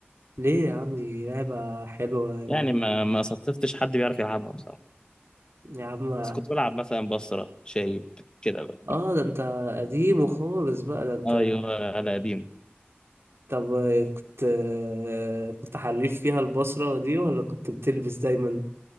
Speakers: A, on the right; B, on the left.
A: ليه يا عم دي لعبة حلوة يعني
B: يعني ما ما صادفتش حد بيعرف يلعبها بصراحه
A: يا عم
B: بس كنت بلعب مثلا بصره شايب كده بقى
A: اه ده انت قديم وخالص بقى ده انت
B: ايوه على قديم
A: طب آه، كنت آه، كنت حريف فيها البصرة دي ولا كنت بتلبس دايما؟